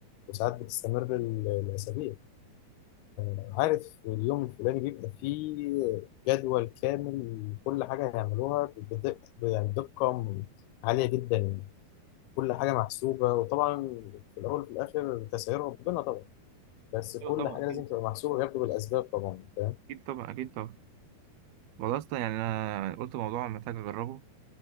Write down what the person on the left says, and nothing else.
وساعات بتستمر ال- الأسابيع عارف اليوم الفلاني بيبقى فيه جدول كامل لكل حاجة هيعملوها بدقة يعني بدقة عالية جدا يعني كل حاجة محسوبة وطبعا في الأول وفي الآخر تسعير ربنا طبعا بس كل
حاجة
لازم تبقى محسوبة وياخدوا بالأسباب طبعا فاهم